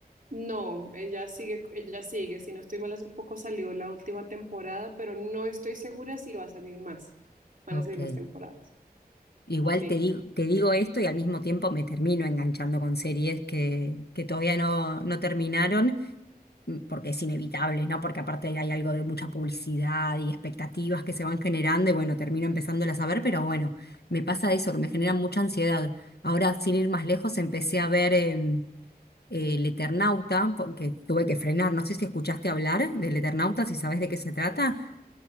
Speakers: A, on the right (about 55°); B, on the left (about 80°).
A: No, ella sigue, ella sigue. Si no estoy mal, hace poco salió la última temporada, pero no estoy segura si va a salir más. Van
B: Ok.
A: a salir más temporadas.
B: Igual
A: Sí.
B: te digo, te digo esto y al mismo tiempo me termino enganchando con series que, que todavía no, no terminaron, mm, porque es inevitable, ¿no? Porque aparte hay algo de mucha publicidad y expectativas que se van generando y bueno, termino empezándolas a ver, pero bueno, me pasa eso, que me genera mucha ansiedad. Ahora, sin ir más lejos, empecé a ver em, El Eternauta, porque tuve que frenar. No sé si escuchaste hablar del Eternauta, si sabes de qué se trata.